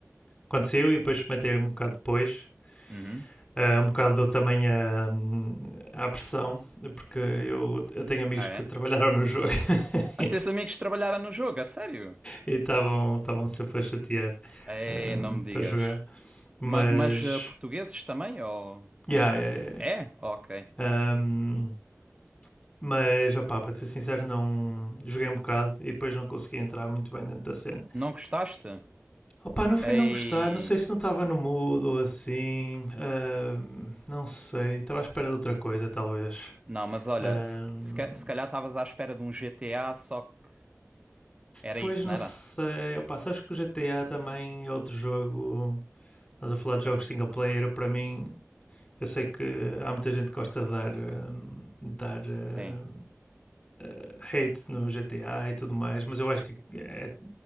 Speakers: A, on the left; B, on the right.
A: quando saiu e depois experimentei um bocado depois.
B: uhum.
A: Ah, um bocado também a, a pressão, porque eu, eu tenho amigos
B: Ah,
A: que
B: é?
A: trabalharam no jogo <laughs>
B: Até
A: e
B: os amigos trabalharam no jogo, a sério?
A: estavam estavam sempre a chatear
B: É,
A: ah,
B: não me digas.
A: para jogar. Mas,
B: Ma- mas eh, portugueses também? Ou...
A: yeah, yeah, yeah.
B: É? Ok.
A: yeah. Um, Mas, opá, para ser sincero, não joguei um bocado e depois não consegui entrar muito bem dentro da cena.
B: Não gostaste?
A: Opá, não foi
B: Ei.
A: não gostar, não sei se não estava no mood ou assim, ahm, não sei, estava à espera de outra coisa, talvez.
B: Não, mas olha,
A: Ahm,
B: se, se, ca- se calhar estavas à espera de um GTA, só que era
A: pois
B: isso,
A: não
B: não era?
A: sei, opá, sabes que o GTA também é outro jogo, estás a falar de jogos single player, para mim, eu sei que há muita gente que gosta de dar, ahm, dar ahm,
B: Sim.
A: eh, hate no GTA e tudo mais, mas eu acho que é